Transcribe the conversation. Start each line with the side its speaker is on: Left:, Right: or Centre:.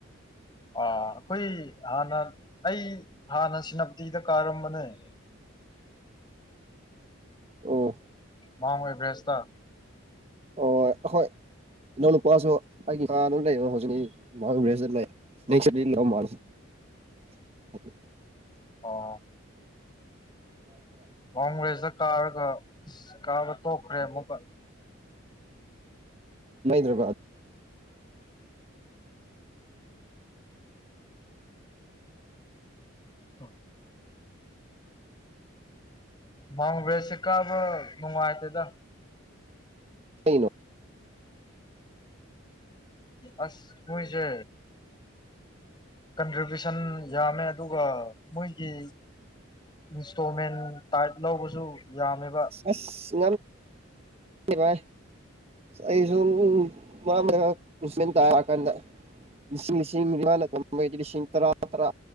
Left: ꯑ ꯑꯩꯈꯣꯏ ꯍꯥꯟꯅ ꯑꯩ ꯍꯥꯟꯅ ꯁꯦꯅꯥꯄꯇꯤꯗ ꯀꯥꯔꯝꯕꯅꯦ ꯑ
Right: ꯑꯣ
Left: ꯃꯥꯡꯣꯏ ꯕ꯭ꯔꯦꯁꯇ
Right: ꯑꯣ ꯍꯣꯏ ꯏꯄꯥ ꯃꯥ ꯑꯗꯨ
Left: ꯑꯣ ꯀꯣꯡꯒ꯭ꯔꯦꯁꯇ ꯀꯥꯔꯒ ꯀꯥꯕ ꯇꯣꯛꯈ꯭ꯔꯦ ꯑꯃꯨꯛꯀ
Right: ꯍꯩꯗ꯭ꯔꯕꯥꯗ
Left: ꯑ ꯃꯥꯎꯟ ꯕ꯭ꯔꯦꯖꯁꯦ ꯀꯥꯕ ꯅꯨꯡꯉꯥꯏꯇꯦꯗ
Right: ꯑꯩꯅꯣ
Left: ꯑꯁ ꯍꯣꯏꯁꯦ ꯀꯟꯇ꯭ꯔꯤꯕ꯭ꯌꯨꯁꯟ ꯌꯥꯝꯃꯦ ꯑꯗꯨꯒ ꯃꯣꯏꯒꯤ ꯏꯟꯁꯇꯣꯜꯃꯦꯟ ꯇꯥꯏꯞ ꯂꯧꯕꯁꯨ ꯌꯥꯝꯃꯦꯕ
Right: ꯑꯁ ꯉ ꯑꯩꯁꯨ ꯃꯥꯃꯦꯟ ꯇꯥꯔꯛꯑꯀꯥꯟꯗ ꯂꯤꯁꯤꯡ ꯂꯤꯁꯤꯡꯅꯤꯃꯥꯅ ꯇꯩ ꯂꯤꯁꯤꯡ ꯇꯔꯥ ꯇꯔꯥ